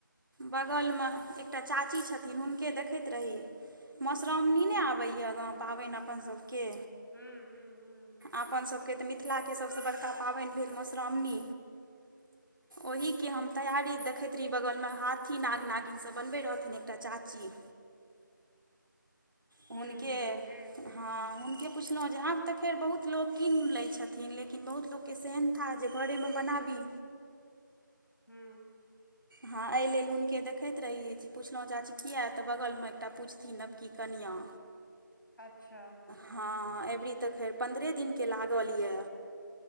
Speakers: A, on the right; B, on the left.
A: बगलमे एकटा चाची छथिन हुनके देखैत रही मोसरावणी नैय आबैया पाबैन अपन सबके
B: हूँ-हूँ-हूँ-हूँ।
A: आपन सबके तऽ मिथिलाके सबसे बड़का पाबेन भेल मोसरावणी। ओहि की हम तैयारी देखैत रही बगलमे हाथी, नाग, नागिन सब बनबै रहथिन एकटा चाची। हुनके!
B: हूँ हूँ हूँ
A: हांँ उनके पुछलों जे आब तऽ फेर बहुत लोक कीन लै छथिन लेकिन बहुत लोक के सेहेन था जी घरेमे बनाबी!
B: हूँ।
A: हाँ ऐ लेल हुनके देखैत रही जे पुछलहुँ चाची किया तऽ बगलमे एकटा पुजथिन नवकी कनियाँ।
B: अच्छा।
A: हाँ एबरी तऽ खैर पन्द्रहे दिनके लागल या!